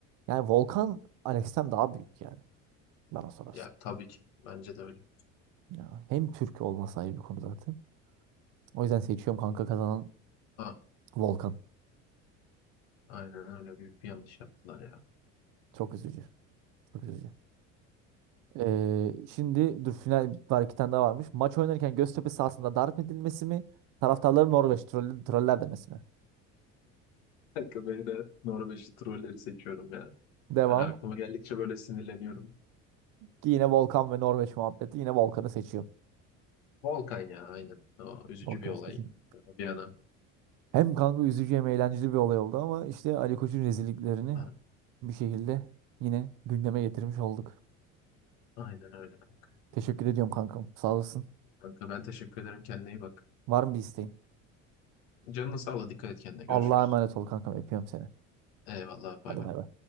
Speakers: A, on the right; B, on the left.
A: yani Volkan Alex'ten daha büyük yani bana sorarsan.
B: Ya tabii ki. Bence de öyle.
A: Ya, hem Türk olması ayrı bir konu zaten. O yüzden seçiyorum kanka kazanan
B: A-
A: Volkan.
B: Aynen öyle. Büyük bir yanlış yaptılar ya.
A: Çok üzücü. Çok üzücü. Ee, şimdi dur final var iki tane daha varmış. Maç oynarken Göztepe sahasında darp edilmesi mi? Taraftarları Norveç troll, troller demesi mi?
B: Kanka ben de Norveçli trolleri seçiyorum ya.
A: Devam.
B: Yani aklıma geldikçe böyle sinirleniyorum.
A: Ki yine Volkan ve Norveç muhabbeti. Yine Volkan'ı seçiyorum.
B: Volkan ya aynen. O, üzücü
A: Volkan'ı
B: bir olay.
A: seçiyorum.
B: Bir yana.
A: Hem kanka üzücü hem eğlenceli bir olay oldu ama işte Ali Koç'un rezilliklerini
B: Ha,
A: bir şekilde yine gündeme getirmiş olduk.
B: aynen öyle kanka.
A: Teşekkür ediyorum kankam. Sağ olasın.
B: Kanka ben teşekkür ederim. Kendine iyi bak.
A: Var mı bir isteğin?
B: Canına sağlık. Dikkat et kendine. Görüşürüz.
A: Allah'a emanet ol kankam. Öpüyorum seni.
B: Eyvallah.
A: Hadi
B: Bay bay.
A: bay bay.